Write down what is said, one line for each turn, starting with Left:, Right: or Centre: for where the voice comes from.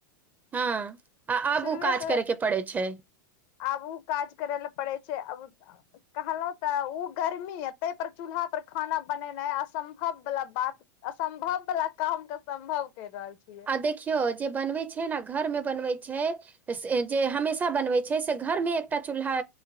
Right: हँ आब
Left: शुरुए
Right: उ काज
Left: से
Right: करयके पड़ैत छै
Left: आब आू काज करै ल पड़े छै आ कहलहु तऽ ओ गर्मी य ताहि पर चूल्हा पर खाना बनेनाइ असम्भव वला बात असम्भव बला काम के सम्भव कर रहल छी
Right: आ देखियो जे बनबै छै ने घर मे बनबै छै त जे हमेशा बनबैत छै से घर मे एकटा चूल्हा